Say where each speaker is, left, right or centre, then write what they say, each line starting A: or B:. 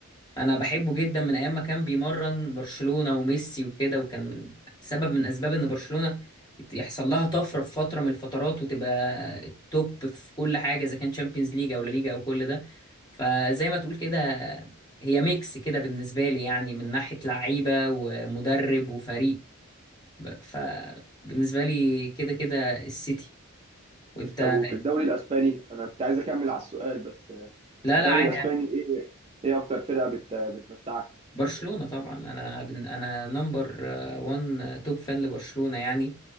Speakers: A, on the left; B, on the right.
A: انا بحبه جدا من ايام ما كان بيمرن برشلونة وميسي وكده وكان من سبب من اسباب ان برشلونة يحصل لها طفرة في فترة من الفترات وتبقى التوب في كل حاجة اذا كان تشامبيونز ليج او لا ليجا او كل ده فزي ما تقول كده هي ميكس كده بالنسبة لي يعني من ناحية لعيبة ومدرب وفريق ب- فبالنسبة لي كده كده السيتي وانت
B: طب وفي الدوري الاسباني انا كنت عايز اكمل على السؤال بس آه،
A: لا
B: الدوري
A: لا عادي
B: الاسباني ايه ايه اكتر فرقه بت... بتمتعك
A: برشلونة طبعا انا بن- انا نمبر 1 توب فان لبرشلونة يعني